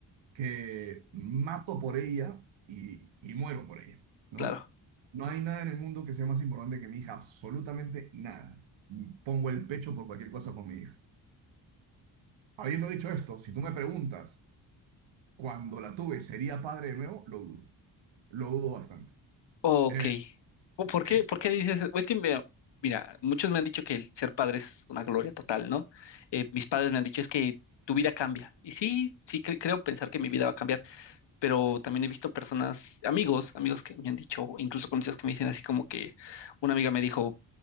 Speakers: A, on the right; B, on the left.
A: que mato por ella y, y muero por ella, ¿no?
B: claro.
A: No hay nada en el mundo que sea más importante que mi hija, absolutamente nada. Pongo el pecho por cualquier cosa con mi hija. Habiendo dicho esto, si tú me preguntas, cuando la tuve, ¿sería padre de nuevo? Lo dudo. Lo dudo bastante.
B: Ok.
A: Eh,
B: ¿O ¿Por
A: es,
B: qué, por qué dices? Es que, mira, mira, muchos me han dicho que el ser padre es una gloria total, ¿no? Eh, mis padres me han dicho es que tu vida cambia. Y sí, sí cre- creo pensar que mi vida va a cambiar, pero también he visto personas, amigos, amigos que me han dicho, incluso conocidos que me dicen así como que una amiga me dijo,